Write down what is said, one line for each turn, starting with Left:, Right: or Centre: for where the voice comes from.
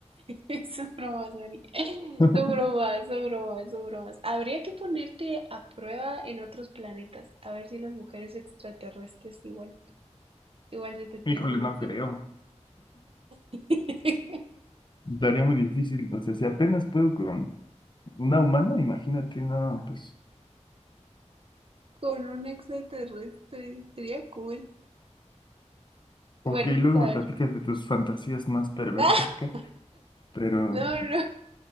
Right: <laughs> Son bromas, Mari. <laughs>
Left: <laughs>
Right: Son bromas, son bromas, son bromas. Habría que ponerte a prueba en otros planetas. A ver si las mujeres extraterrestres igual, igual se te tiran
Left: Híjole,
Right: encima.
Left: no creo.
Right: <laughs>
Left: Daría muy difícil. O sea, si apenas puedo con una humana, imagínate, no, pues.
Right: Con un extraterrestre. Sería cool.
Left: Ok,
Right: Bueno,
Left: luego
Right: a
Left: me
Right: ver.
Left: platicas de tus fantasías más perversas,
Right: <laughs>
Left: Kat. Pero,
Right: No, no.